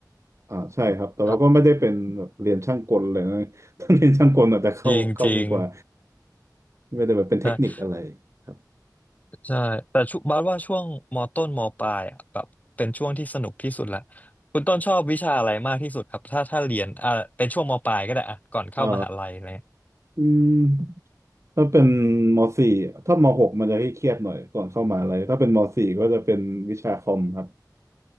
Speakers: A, on the right; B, on the left.
A: อ่าใช่ครับแต่เราก็ไม่ได้เป็นแบบเรียนช่างกลเลยนะ
B: ครับ
A: <laughs> ถ้าเรียนช่างกลอาจจะเข้าเข้ากันกว่า
B: จริงจริง
A: ไม่ได้แบบเป็นเทคนิคอะไรครับ
B: ใช่ใช่แต่ชุบาสว่าช่วงมต้นมปลายอะแบบเป็นช่วงที่สนุกที่สุดละคุณต้นชอบวิชาอะไรมากที่สุดครับถ้าถ้าเรียนอ่าเป็นช่วงมปลายก็ได้อ่ะก่อนเข้ามหาลัยอะไร
A: เอ่ออืม ถ้าเป็นมสี่ถ้ามหกมันจะให้เครียดหน่อยก่อนเข้ามหาอะไรถ้าเป็นมสี่ก็จะเป็นวิชาคอมครับ